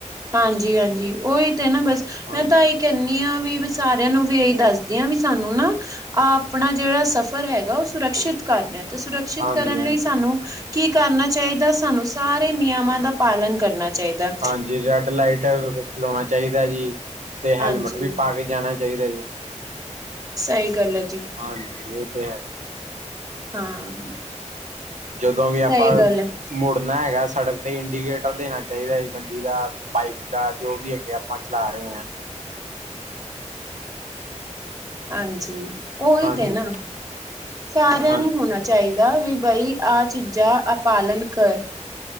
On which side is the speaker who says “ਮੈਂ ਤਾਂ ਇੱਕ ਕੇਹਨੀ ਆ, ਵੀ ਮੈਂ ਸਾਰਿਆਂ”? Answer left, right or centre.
Right